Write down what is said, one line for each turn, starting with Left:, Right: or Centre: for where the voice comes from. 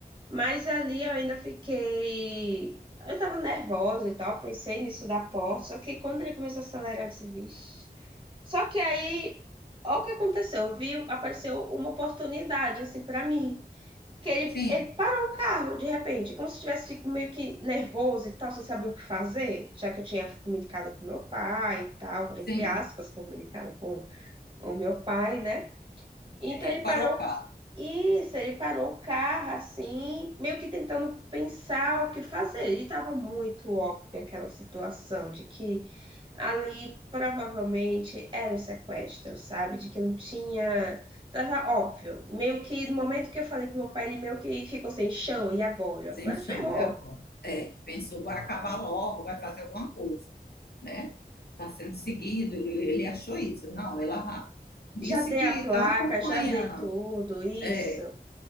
Right: Mas ali eu ainda fiquei. Eu tava nervosa e tal, pensei nisso da porta. Só que quando ele começou a acelerar, eu disse, vixe. Só que aí, olha o que aconteceu, viu? Apareceu uma oportunidade, assim, pra mim. Que ele,
Left: Sim,
Right: ele parou o carro de repente, como se tivesse fico meio que nervoso e tal, sem saber o que fazer, já que eu tinha comunicado com meu pai e tal, entre
Left: sim.
Right: aspas, comunicado com o meu pai, né? Então
Left: E aí
Right: ele
Left: ele parou
Right: parou
Left: o carro,
Right: isso, ele parou o carro assim, meio que tentando pensar o que fazer. Ele estava muito óbvio aquela situação de que ali provavelmente era um sequestro, sabe? De que não tinha. Tava óbvio. Meio que no momento que eu falei com meu pai, ele meio que ficou sem chão. E agora?
Left: sem
Right: Agora
Left: chão,
Right: ferrou.
Left: é agora. É, pensou, vai acabar logo, vai fazer alguma coisa, né? Está sendo seguido, ele, ele achou isso. Não, ela disse
Right: Já dei
Left: que
Right: a placa,
Left: estão acompanhando.
Right: já dei tudo, isso.
Left: É,